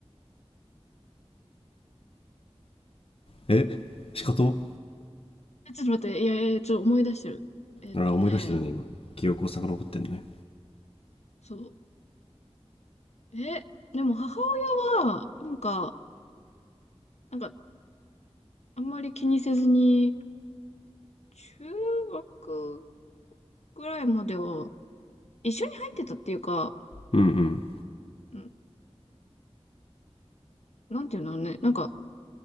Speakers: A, on the left (about 60°); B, on the left (about 80°).
A: え仕方
B: えちょっと待って、いやいや、ちょっと思い出してる。えっとね、
A: ああ、思い出してるね、今。記憶を遡ってるね。
B: そう。え、でも母親は、なんか、なんか、あんまり気にせずに、中学ぐらいまでは、一緒に入ってたっていうか、
A: うんうん。
B: んなんていうのね、なんか、